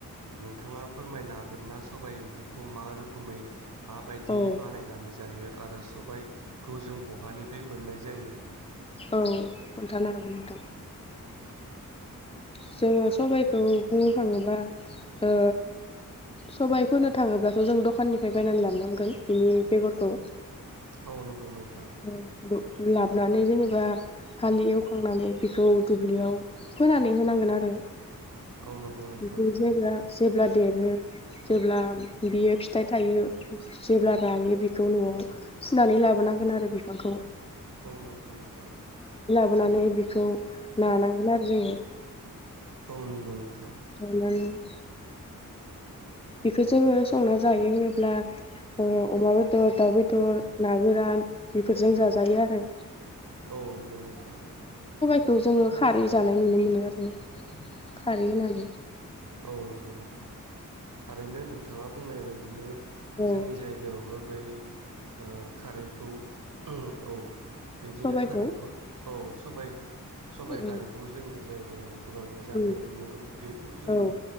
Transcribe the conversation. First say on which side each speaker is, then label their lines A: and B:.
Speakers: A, on the right; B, on the left.
A: थाङा फोरमायनो हागोन ना सबाय ओंख्रिखौ मा रोखोमै माबायदि
B: औ
A: बानायनानै जायो आरो सबायखौ जों बहानि फ्राय मोननाय जायो।
B: औ खोन्थानो हागोन नोंथां। जोङो सबायखौ बुङो थाङोबा ओ सबाय फोनो थाङोब्लाथ' जों दखाननिफ्राय बायनानै लाबोनांगोन बिनि बेगरखौ
A: औ नंगौ नों
B: औ नंगौ लाबनै जेनेबा हालि एवखांनानै बेखौ दुब्लियाव फोनानै होनांगोन आरो
A: औ नंगौ नोंथां
B: बेखौ जेब्ला जेब्ला देरो जेब्ला बियो फिथाइ थायो जेब्ला रायो बेखौ न'आव फुनानै लाबोनांगोन आरो। बिफांखौ
A: औ नंगौ नोंथां।
B: <unintelligible> <unintelligible> खौ लानांगोन आरो जोङो।
A: औ नंगौ नंगौ।
B: <unintelligible> बेखौ जोङो संना जायो होनोब्ला ओ अमा बेदर, दाउ बेदर, ना गोरान बेफोरजों जाजायो आरो।
A: औ नंगौ नोंथां।
B: बेखौ जोङो खारै जानाय नुनो मोनो आरो खारै होननानै
A: औ नंगौ नोंथां। थारैनो नोंथाङा बुंनाय बायदिनो
B: औ
A: जोंनि जायगायावबो बै ओ खारैखौ ओम औ बिदिनो
B: सबाइखौ
A: खारैखौ औ सबाय सबाइ
B: उम
A: खारैखौ जोंनि जायगायाव <unintelligible> गोबाङै जानाय
B: उम
A: नुनो मोनो बेखौ जोङो
B: औ